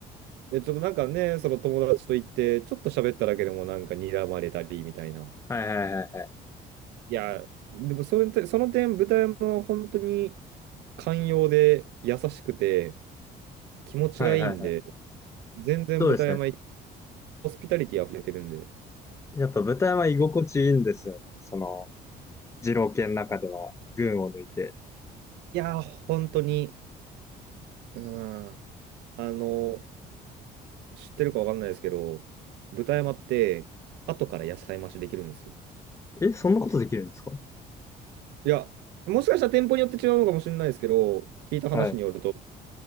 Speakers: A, on the right; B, on the left.
A: いやちょっとなんかね、その友達と行って、ちょっと喋っただけでもなんか睨まれたりみたいな。
B: はいはいはいはい。
A: いや、でもそれと、その点、豚山は本当に寛容で優しくて気持ちがいいんで、
B: はいはいはい。
A: 全然豚山行き、
B: そうですね。
A: ホスピタリティ溢れてるんで。
B: やっぱ豚は居心地いいんですよね。その、二郎系の中では群を抜いて。
A: いやー、本当に、うん、あの、知ってるかわかんないですけど、豚山って後から野菜増しできるんですよ。
B: え、そんなことできるんですか
A: いや、もしかしたら店舗によって違うのかもしれないですけど、聞いた話によると、
B: はい。